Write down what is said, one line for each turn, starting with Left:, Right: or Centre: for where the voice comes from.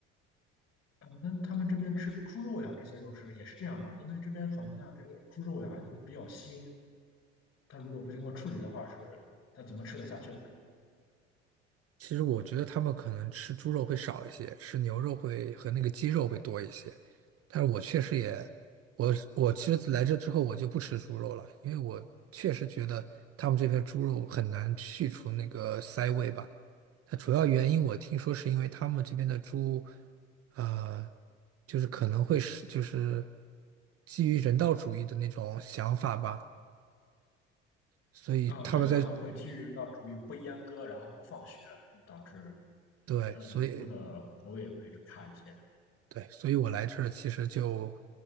Left: 呃，那他们这边吃猪肉呀，这些肉是也是这样吧？因为这边好像这个猪肉呀都比较腥，它如果不经过处理的话是，它怎么吃得下去的？
Right: 其实我觉得他们可能吃猪肉会少一些，吃牛肉会和那个鸡肉会多一些。但是我确实也，我我其实来这之后我就不吃猪肉了，因为我确实觉得他们这边猪肉很难去除那个膻味吧。它主要原因我听说是因为他们这边的猪，呃，就是可能会是就是基于人道主义的那种想法吧，所以他们在，
Left: 啊、对，他们会基于人道主义不阉割，然后不放血，就导致
Right: 对，
Left: 呃猪的口味会差一些。
Right: 所以对，所以我来这儿其实就，